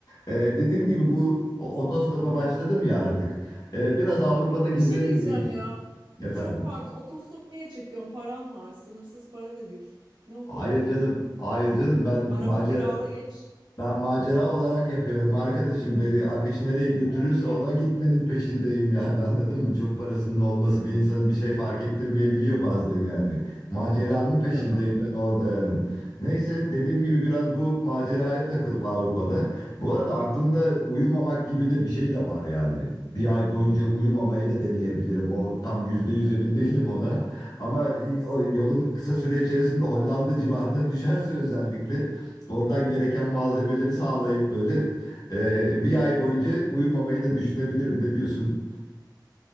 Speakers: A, on the left; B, on the right.
A: Ee, dediğim
B: <laughs>
A: gibi bu o- otostopa başladım ya artık. Ee, biraz Avrupa'da gezerim
B: Bir şey diyeceğim
A: diye düşündüm
B: ya.
A: efendim.
B: Çok pardon. Otostop niye çekiyorsun? Paran var. Sınırsız para dedik. Ne otostopu?
A: Hayır canım. Hayır canım ben
B: Araba
A: macera
B: kirala geç.
A: ben macera olarak yapıyorum arkadaşım. Beni akış nereye götürürse
B: Okey.
A: ona gitmenin peşindeyim yani <laughs> anladın mı? Çok parasının
B: <laughs>
A: olması bir insanı bir şey fark ettirmeyebiliyor bazen yani. Maceranın peşindeyim
B: Tamam okey.
A: ben orada yani. Neyse dediğim gibi biraz bu maceraya takılıp Avrupa'da. Bu arada aklımda uyumamak gibi de bir şey de var yani. Bir ay boyunca uyumamayı da deneyebilirim. O tam yüzde yüz emin değilim ona. Ama o yolum kısa süre içerisinde Hollanda civarına <laughs> düşerse özellikle Oradan gereken malzemeleri sağlayıp böyle e, bir ay boyunca uyumamayı da düşünebilirim. Ne diyorsun?